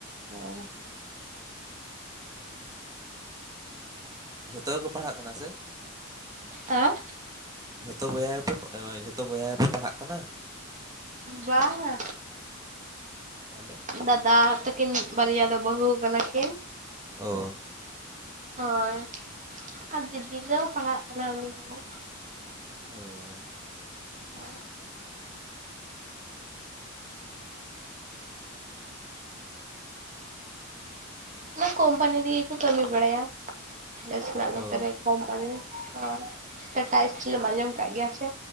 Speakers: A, on the right (about 40°); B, on the right (about 20°).
A: ᱚ ᱾
B: ᱡᱷᱚᱛᱚ ᱜᱮᱠᱚ ᱯᱟᱲᱦᱟᱜ ᱠᱟᱱᱟ ᱥᱮ?
A: ᱦᱮ?
B: ᱡᱷᱚᱛᱚ ᱵᱚᱭᱦᱟ ᱜᱮᱯᱮ ᱯᱟ ᱡᱷᱚᱛᱚ ᱵᱚᱭᱦᱟ ᱜᱮᱯᱮ ᱯᱟᱲᱦᱟᱜ ᱠᱟᱱᱟ?
A: ᱵᱟᱝᱟ
B: <inaudible> ᱛᱟᱦᱚᱞᱮ?
A: ᱫᱟᱫᱟ ᱛᱟᱹᱠᱤᱱ ᱵᱟᱨᱭᱟ ᱫᱚ ᱵᱟᱹᱦᱩ ᱠᱟᱱᱟ ᱠᱤᱱ᱾
B: ᱚ ᱾
A: ᱦᱳᱭ ᱟᱨ ᱫᱤᱫᱤ ᱫᱚᱭ ᱯᱟᱲᱦᱟ ᱠᱟᱱᱟᱭ ᱩᱱᱤ ᱦᱚᱸ᱾
B: ᱦᱚ ᱾
A: ᱚ ᱾ ᱚᱱᱟ ᱠᱳᱢᱯᱟᱱᱤ ᱨᱮᱜᱮ ᱠᱚ ᱠᱟᱹᱢᱤ ᱵᱟᱲᱟᱭᱟ, ᱟᱞᱮ ᱥᱮᱱᱟᱜ ᱱᱚᱛᱮ
B: ᱚ
A: ᱨᱮ ᱠᱚᱢ <unintelligible> ᱴᱟᱴᱟ ᱤᱥᱴᱤᱞ ᱮᱢ ᱟᱸᱡᱚᱢ ᱠᱟᱜ ᱜᱮᱭᱟ ᱥᱮ?